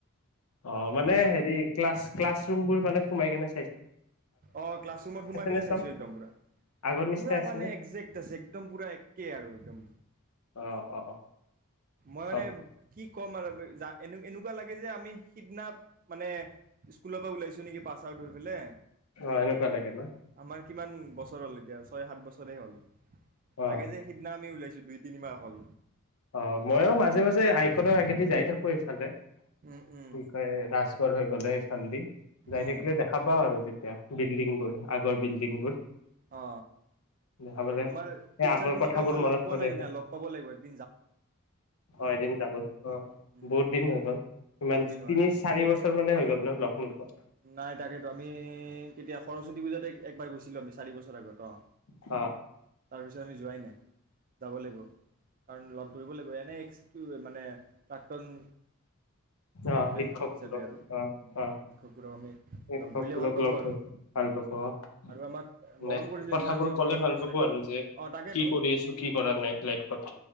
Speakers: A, on the left; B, on the right.
A: অ', মানে
B: মাথাত
A: হেৰি ক্লাছ ক্লছৰুমবোৰ মানে সোমাইকিনে
B: অ ক্লাছৰুমত সোমাই পেলাই
A: নে চব
B: চাইছো একদম পুৰা
A: আগৰ নিচিনাই
B: পুৰা
A: আছে
B: মানে
A: নে
B: একজেক্ট আছে একদম পুৰা একেই আৰু একদম
A: অ অ অ
B: মই
A: চব
B: মানে কি ক'ম আৰু যা এনেকুৱা লাগে এই যে আমি সিদিনা মানে স্কুলৰ পৰা ওলাইছো নেকি পাছ আউট হৈ পেলে
A: অ এনেকুৱা লাগে ন
B: আমাৰ কিমান বছৰ হ'ল এতিয়া ছয় সাত বছৰে হ'ল
A: অ
B: লাগে যে সিদিনা আমি ওলাইছো দুই তিনিমাহ হ'ল
A: অ ময়ো মাজে মাজে আইকনৰ আগেদি যাই থাকো ইফালে
B: উম, উম,
A: কে ৰাজগ প গলে চালদি যাই
B: উম,
A: থাকিলে দেখা পাও আৰু তেতিয়া বিল্ডিং বোৰ আগৰ বিল্ডিংবোৰ
B: অ
A: দেখা পালে
B: আমাৰ
A: সেই
B: টিচাৰ
A: আগৰ
B: খিনিকো
A: কথাবোৰ
B: মই
A: মনত
B: লগ পোৱা
A: পৰে
B: নাই সেইদিনা লগ পাব লাগিব একদ
A: অ এদিন যাব লাগ অ
B: উম,
A: বহুত দিন হৈ গ'ল ইমান
B: বহুত দিন হোৱা
A: তিনি চাৰি
B: তাক
A: বছৰ মানে হৈ গ'ল ন য়
B: নাই তাকেতো আমি কেতিয়া সৰস্বতী পূজাতে একবাৰ গৈছিলো আমি চাৰি বছৰ আগত অ'।
A: হ
B: তাৰপিছত আমি যোৱাই নাই যাব লাগিব কাৰণ লগ ধৰিব লাগিব এনে একচিটো মানে প্ৰাক্তন
A: অ
B: ষ্টুডেণ্ট
A: শিক্ষক
B: হিচাপে আৰু।
A: অ হ
B: শিক্ষকবোৰক আমি
A: শিক্ষকবোৰক
B: লগ ধৰিলে ভাল পাব
A: লগ
B: আৰু।
A: ভাল পাব আহ
B: আৰু আমাক
A: মানে
B: মৰম কৰিছিলে
A: কথাবোৰ
B: যিমান যি হওক
A: কলে
B: মৰম
A: ভাল
B: কৰিছিলেতো,
A: পাব আৰু যে
B: অ' তাকেতো,
A: কি কৰি আছো কি কৰা নাই লাইফত